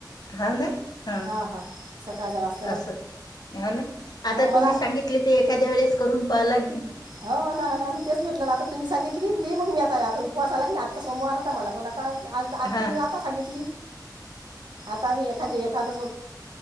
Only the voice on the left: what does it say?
हो ना? हां
असं ह ना आता
तुम्ही सांगितले ते एखाद्या वेळेस करून पाहाला गेल
हा